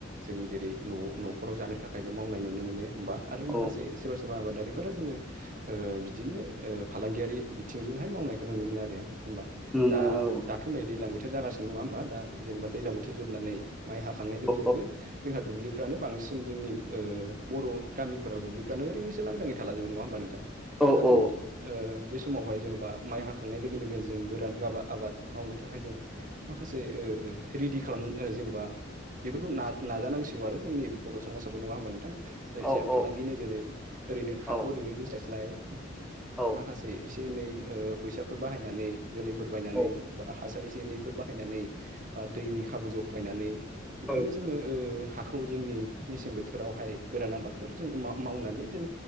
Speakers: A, on the right (about 45°); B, in the centre.
A: जों जेरै न' न'खराव जानो थाखायल' मावनाय नुनो मोनो होमबा आरो माखासे
B: औ
A: सोरबा सोरबा आबादारि फोरो जोङो ओ बिदिनो ओ फालांगियारि बिथिंजोंहाय मावनायखौ नुनो मोनो आरो होमबा
B: नुनो
A: दा दाथ' नै दैज्लां बोथोर जागासिनो नङा होमबा दा जेन'बा दैज्लां बोथोर जोबनानै माइ हाखांनाय लोगो
B: औ
A: लोगो जोंहा दुब्लि फ्रानो बांसिन जोंनि ओ बर' गामिफोराव दुब्लिफ्रानो ओरैनोसो लांदाङै थाला जोबो नङा होमबा नोंथां
B: औ
A: दा
B: औ
A: जों ओ बे समावहाय जेन'बा माइ हाखांनाय लोगो लोगो जों गोरान गाबा आबाद मावनो थाखाय जों माखासे ओ ओ रिडि खालाम जेनेबा बेफोरखौ ना नाजानांसिगौ आरो जोंनि बर' समाजावबो नङा होमबा नोंथां जायखिजाया
B: औ
A: फालांगि
B: औ
A: नोजोरै ओरैनो हाखौ
B: औ
A: ओरैनो दोस्लायस्लाय
B: औ
A: माखासे एसे एनै ओ फैसाफोर बाहायनानै जोलैफोर बायनानै
B: औ
A: बा हासार एसे एनैफोर बाहायनानै बा दैनि खाबु जगायनानै बेफोरखौ
B: औ
A: जोङो ओ हाखौ जोंनि मेसें बोथोरावहाय गोरान आबादफोर जों माव मावनानै जों